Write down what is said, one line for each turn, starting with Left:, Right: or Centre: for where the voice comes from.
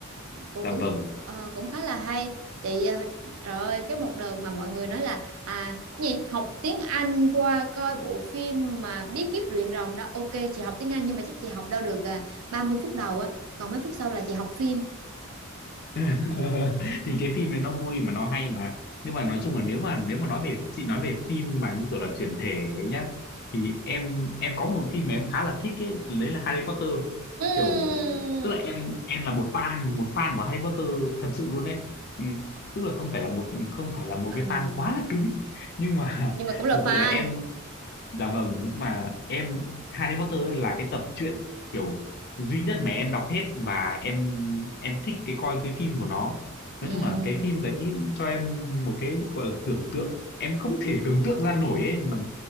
Right: cũng
Left: dạ
Right: cũng
Left: vâng.
Right: ờ, cũng khá là hay chị ờ, trời ơi cái một đợt mà mọi người nói là à gì học tiếng Anh qua coi bộ phim mà bí kíp luyện rồng đó ok chị học tiếng Anh nhưng mà chắc chị học đâu được à, 30 phút đầu á còn mấy phút sau là chị học phim
Left: <laughs> thì cái phim này nó vui mà nó hay mà nhưng mà nói chung là nếu mà nếu mà nói về chị nói về phim mà như kiểu là chuyển thể ấy nhá thì em em có một phim mà em khá là thích ấy, đấy là Harry Potter
Right: Ừm,
Left: kiểu tức là em em là một fan một fan của Harry Potter thật sự luôn đấy ừ. tức là không phải là một không phải là một
Right: À,
Left: cái fan quá là cứng nhưng mà
Right: nhưng
Left: <laughs>
Right: mà cũng là
Left: thật
Right: fan.
Left: sự là em Dạ vâng, nhưng mà em Harry Potter ấy là cái tập truyện kiểu duy nhất mà em đọc hết và em em thích cái coi cái phim của nó.
Right: Ừm,
Left: Nói chung là cái phim đấy cho em một cái gọi là tưởng tượng, em không thể tưởng tượng ra nổi ấy mà